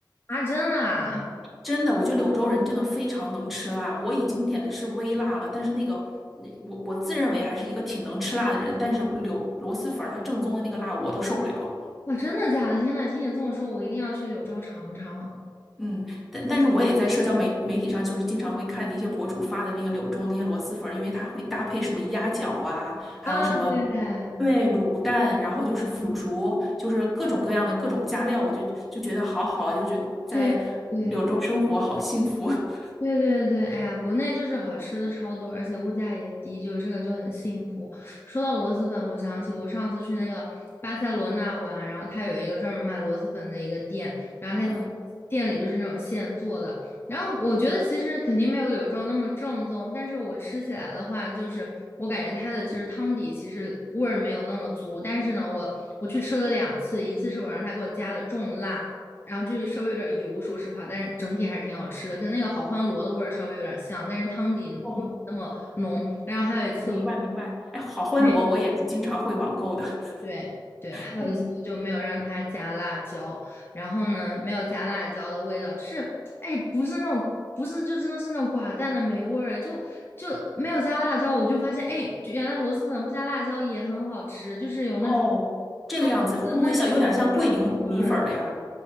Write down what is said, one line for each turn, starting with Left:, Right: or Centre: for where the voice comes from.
Left: 啊，真的啊，
Centre: 真的，我觉得柳州人真的非常能吃辣。我已经点的是微辣了，但是那个那我我自认为还是一个挺能吃辣的人，但是柳螺蛳粉儿它正宗的那个辣我都受不了。
Left: 哇，真的假的？天呐，听你这么说，我一定要去柳州尝尝
Centre: 嗯，但但是我也在社交媒媒体上，就是经常会看那些博主发的那些柳州那些螺蛳粉儿，因为它会搭配什么鸭脚啊，还有什么
Left: 啊！对，
Centre: 对卤蛋，然后就是腐竹，
Left: 嗯，
Centre: 就是各种各样的各种加料，我就就觉得好好啊就觉得在柳州生活好幸福。
Left: 对对，
Centre: <laughs>
Left: 对对对，哎呀，国内就是好吃的超多，而且物价也低，就这个就很幸福。说到螺蛳粉，我想起我上次去那个巴塞罗那玩，然后它有一个专门卖螺蛳粉的一个店，然后它
Centre: 嗯，
Left: 店里就是那种现做的，然后我觉得其实肯定没有柳州那么正宗，但是我吃起来的话，就是我感觉它的就是汤底其实味儿没有那么足，但是呢，我我去吃了两次，一次是我让他给我加了重辣。然后就是稍微有点油，说实话，但是整体还是挺好吃的，跟那个好欢螺的味儿稍微有点像，但是汤底味儿没那么浓。
Centre: 哦，
Left: 然后还有一次我
Centre: 我明白明白。哎，好欢螺我也是经常会网购的。
Left: 没对对，
Centre: <laughs>
Left: 还有一次我就没有让他加辣椒，
Centre: 嗯，
Left: 然后呢没有加辣椒的味道，就是哎不是那种不是就真的是那种寡淡的没味儿，就就没有加辣椒，我就发现哎就原来螺蛳粉不加辣椒也很好吃，就是有那种
Centre: 哦，这个样子会不会像有点像桂林米粉儿了呀？
Left: 汤底的那种香味儿。